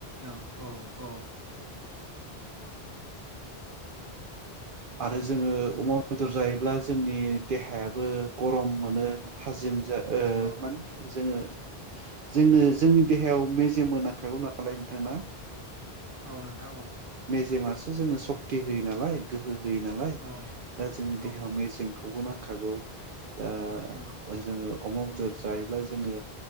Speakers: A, on the right; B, on the right.
A: औ औ औ।
B: आरो जोङो अमा बेदर जायोब्ला जोंनि देहायाबो गरम मोनो थाजिम जा ओ
A: औ
B: माने जोङो जोंनो जोंनि देहायाव मेजेमबो नाखांगौ नालाय नोंथां ना?
A: औ नोंथां औ।
B: मेजेमासो जोंनो सकति होयो नालाय। गोहो। होयो नालाय
A: औ
B: दा जोंनि देहायाव
A: औ
B: मेजेमखौ खौबो नांखागौ। दा
A: उम औ
B: जोङो अमा बेदर जायोब्ला जोङो